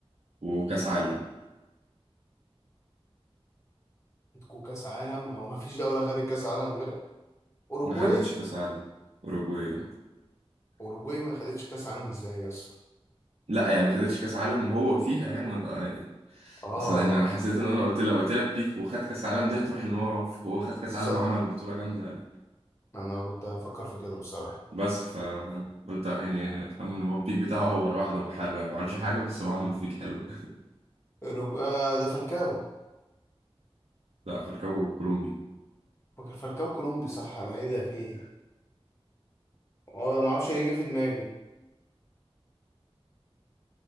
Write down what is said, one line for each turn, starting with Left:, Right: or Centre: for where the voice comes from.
Right: وكأس عالم
Left: عندكوا كأس عالم ما هو ما فيش دولة خدت كأس عالم غير أوروجواي
Right: ما خدتش كأس عالم أوروجواي
Left: أوروجواي ما خدتش كأس عالم إزاي يا اسطى
Right: لا يعني ما خدتش كأس عالم هو فيها يعني ما يعني
Left: آه
Right: أصلا أنا حسيت إن أنا لو قلت لو قلت لك بيك وخد كأس عالم دي هتروح إن هو هو خد
Left: بالظبط
Right: كأس عالم عمل بطولة جامدة
Left: ما أنا كنت أفكر في كده بصراحة
Right: بس فقلت يعني فاهم إن هو البيك بتاعه هو لوحده مع حاله يعني ما عملش حاجه بس هو عمل بيك حلو
Left: أوروج... آه ده فالكاو
Right: <laughs> لا فالكاو كولومبي
Left: فاكر فالكاو كولومبي صح أنا إيه ده في إيه آه ما أعرفش ليه جه في دماغي